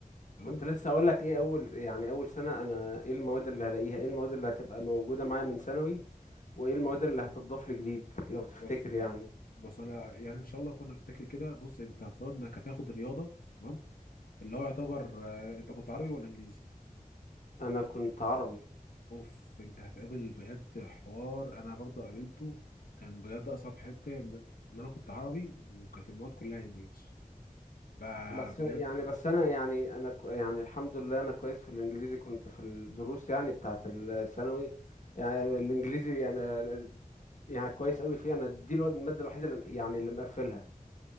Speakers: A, on the left; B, on the left.
A: تمام
B: كنت لسه اقول لك ايه اول يعني اول سنة انا ايه المواد اللي هلاقيها ايه المواد اللي هتبقى موجودة معايا من ثانوي وايه المواد اللي هتضاف لي جديد لو تفتكر
A: بص
B: يعني
A: بص انا يعني ان شاء الله كنا نفتكر كده بص انت افترض انك هتاخد رياضه تمام اللي هو يعتبر آه، انت كنت عربي ولا انجليزي
B: انا كنت عربي
A: اوف انت هتقابل بجد حوار انا برضو قابلته كان بجد اصعب حته ان ان انا كنت عربي وكانت المواد كلها انجليش فبجد
B: بس يعني بس انا يعني انا كو- يعني الحمد لله انا كويس في الانجليزي كنت في الدروس يعني بتاعة الثانوي يعني الانجليزي انا يعني كويس قوي فيه انا دي الواد- المادة الوحيدة اللي يعني اللي مقفلها